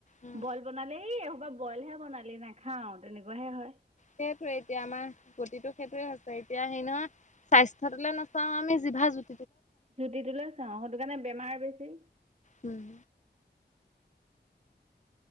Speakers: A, on the left (about 40°); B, on the right (about 35°).
A: উম।
B: বইল বনালে এইসোপা বইলহে বনালি নেখাও তেনেকুৱাহে হয়।
A: সেইটোয়ে এতিয়া আমাৰ গতিটো সেইটোয়ে হৈছে এতিয়া হেৰি নহয় স্বাস্থ্যটো লৈ নাচাও আমি জিভা জু
B: জুতিটো লৈ চাও সেইটো কাৰণে বেমাৰ বেছি।
A: উম,